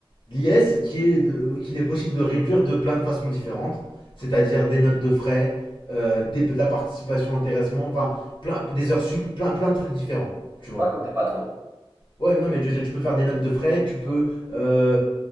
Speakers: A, on the left (about 60°); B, on the right (about 25°).
A: L'IS qui est qu'il est possible de réduire de plein de façons différentes, c'est-à-dire des notes de frais, euh, des- de la participation, intéressement, enfin plein des heures sup, plein plein de trucs différents, tu vois.
B: Pas quand t'es patron.
A: Ouais, non mais je veux dire tu peux faire des notes de frais, tu peux euh,